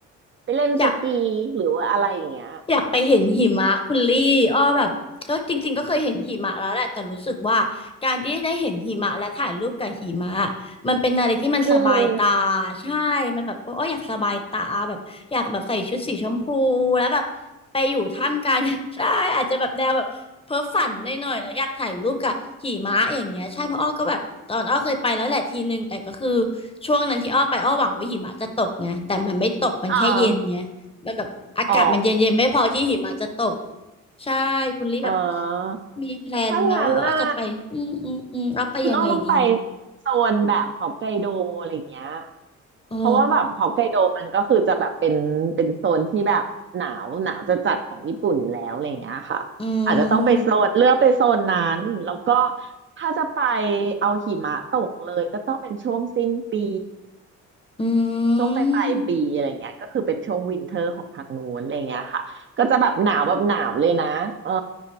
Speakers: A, on the right; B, on the left.
A: ไปเล่นสกีหรือว่าอะไรอย่างเงี้ย
B: อยาก อยากไปเห็นหิมะคุณลี่อ้อแบบก็จริงๆก็เคยเห็นหิมะแล้วแหละแต่รู้สึกว่าการที่ได้เห็นหิมะและถ่ายรูปกับหิมะมันเป็นอะไรที่มันสบายตา
A: อืม
B: ใช่มันแบบโอ้ออยากสบายตาแบบอยากแบบใส่ชุดสีชมพูแล้วแบบไปอยู่ท่ามกลาง <laughs> ใช่อาจจะแบบแนวแบบเพ้อฝันหน่อยๆแล้วอยากถ่ายรูปกับหิมะอย่างเงี้ยใช่เพราะอ้อก็แบบตอนอ้อเคยไปแล้วแหละทีนึงแต่ก็คือช่วงนั้นที่อ้อไปอ้อหวังว่าหิมะจะตกไงแต่มันไม่ตกมันแค่เย็นไง
A: อ่า
B: มันแบบอากาศมันเย็นๆไม่พอที่หิมะจะตก
A: อ๋อ
B: ใช่คุณลี่แบบ
A: เออ
B: มีแพลนไหมว่าเออจะไปอืมอืมอืมเราไปยังไงดี
A: ถ้างั้นหน่ะคุณอ้อต้องไปโซนแบบฮอกไกโดอะไรอย่างเงี้ย
B: อ๋อ
A: เพราะว่าแบบฮอกไกโดมันก็คือจะแบบเป็นเป็นโซนที่แบบหนาวหนาวจะจัดของญี่ปุ่นอยู่แล้วอะไรอย่างเงี้ยค่ะอาจจะต้องไปโซนเลือกไปโซนนั้น
B: อืม
A: แล้วก็ถ้าจะไปเอาหิมะตกเลยก็ต้องเป็นช่วงสิ้นปี
B: อื
A: ช่วงปลายปลายปีอะไรเงี้ยก็คือเป็นช่วงวินเทอร์ของทางนู้นอะไรเงี้ยค่ะก็จะแบบหนาวแบบหนาวเลยนะเออ
B: ม